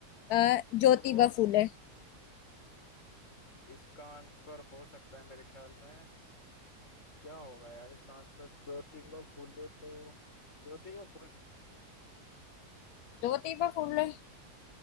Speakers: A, on the left; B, on the left.
A: अ, ज्योतिबा
B: और
A: फूले
B: इसका आंसर हो सकता है मेरे ख्याल में क्या होगा यार इसका आंसर ज्योतिबा फूले तो ज्योतिबा फूले
A: ज्योतिबा फूले